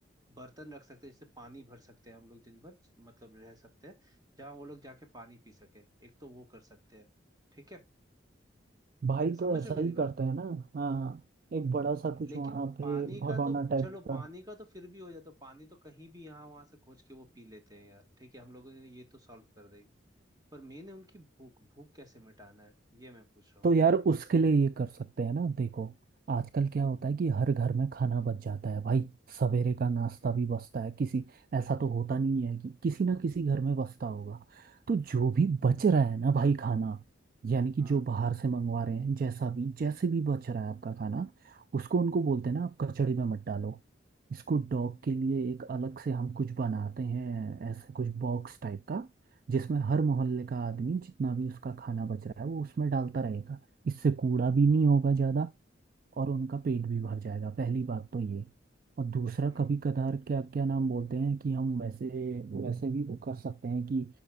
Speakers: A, on the right; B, on the right.
A: बर्तन रख सकते हैं जिससे पानी भर सकते हैं हम लोग दिन भर मतलब रह सकते हैं जहाँ वो लोग जाके पानी पी सके एक तो वो कर सकते हैं ठीक है
B: भाई
A: समझ
B: तो ऐसा
A: रहे हो मेरी
B: ही
A: बात
B: करते हैं ना हाँ एक बड़ा सा कुछ
A: लेकिन
B: वहाँ पे
A: पानी
B: भगोना
A: का तो
B: टाइप
A: चलो
B: का
A: पानी का तो फिर भी हो जाता पानी तो कहीं भी यहाँ वहां से खोज के वो पी लेते हैं यार ठीक है हम लोगों ने ये तो सॉल्व कर देंगे पर मेन है उनकी भूख भूख कैसे मिटाना है ये मैं पूछ रहा
B: तो
A: हूँ
B: यार उसके लिए ये कर सकते हैं ना देखो आजकल क्या होता है कि हर घर में खाना बच जाता है भाई सवेरे का नाश्ता
A: हम्म,
B: भी बचता है किसी ऐसा तो होता नहीं है कि किसी ना किसी घर में बचता होगा तो जो भी बच रहा है ना भाई खाना यानी कि
A: हाँ
B: जो बाहर से मंगवा रहे हैं जैसा भी जैसे भी बच रहा है आपका खाना उसको उनको बोलते हैं ना आप कचड़ी में मत डालो इसको डॉग के लिए एक अलग से हम कुछ बनाते हैं ऐसे कुछ बॉक्स टाइप का जिसमें हर मोहल्ले का आदमी जितना भी उसका खाना बच रहा है वो उसमें डालता रहेगा इससे कूड़ा भी नहीं होगा ज्यादा और उनका पेट भी भर जाएगा पहली बात तो ये और दूसरा
A: हम्म
B: कभी कदार क्या क्या नाम बोलते हैं कि हम वैसे वैसे भी वो कर सकते हैं कि